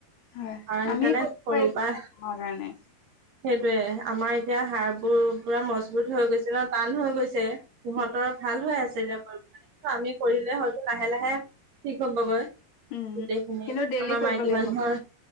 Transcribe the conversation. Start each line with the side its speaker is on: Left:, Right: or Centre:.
Left: হয়
Right: আৰু সেইকাৰণে
Left: আমি কৰিব
Right: সৰুৰ
Left: পাৰিলো
Right: পৰা
Left: আমাৰ কাৰণে
Right: সেইটোয়ে আমাৰ এতিয়া শাৰ বোৰ পুৰা মজবুত হৈ গৈছিল ন টান হৈ গৈছে সিহঁতৰ
Left: উম
Right: ভাল হৈ আছে মানে কিন্তু আমি কৰিলে হয়তো লাহে লাহে ঠিক হ'বগৈ
Left: উম
Right: গোটেইখিনি
Left: কিন্তু ডেইলি
Right: আমাৰ
Left: কৰিব
Right: মাইকী
Left: লাগিব
Right: মানুহৰ